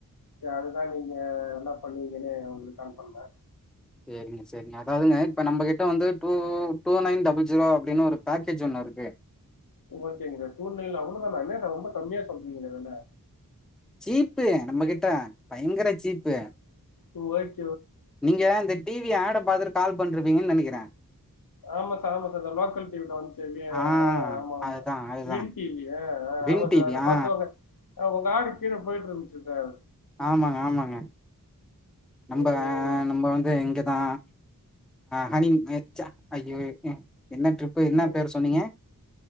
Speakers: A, on the left (about 70°); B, in the centre.
A: சே அதுதா நீங்க நல்லா பண்ணுவீங்கன்னு உங்களுக்கு கால் பண்ணே
B: சேரிங்க சேரிங்க அதாதுங்க இப்ப நம்ம கிட்ட வந்து டூ நைன் டபுள் ஜீரோ அப்டின்னு ஒரு பேக்கேஜ் ஒண்ணு இருக்கு
A: ஓகேங்க சார் சூழ்நிலைல அவ்ளோதானா என்ன சார் ரொம்ப கம்மியா சொல்றீங்களே இதுல
B: சீப்பு நம்ம கிட்ட பயங்கர சீப்பு
A: டூ ஒயிட்
B: நீங்க இந்த டிவி ஆட பாத்துட்டு கால் பண்றிப் பீங்கன்னு நெனைக்கிறே
A: ஆமா சார் ஆமா சார் இந்த லோக்கல் டிவில வந்து சேவ
B: ஆ
A: ஆஹ் ஆமா ஆமா
B: அதுதா அதுதா
A: வின் டிவி் ஆஹ்
B: வின்
A: ஆமா சார்
B: டிவி
A: அத பா்த்தவாங்க
B: ஆ
A: உங்க ஆடு கீழே போயிட்டு இருந்துச்சு சார்
B: ஆமாங்க ஆமாங்க நம்ப
A: ம், ம்,
B: நம்ப வந்து எங்க நான் ஹ்ஹனி அஐயோ என்ன ட்ரிப்பு என்ன
A: ம்.
B: பேரு சொன்னீங்க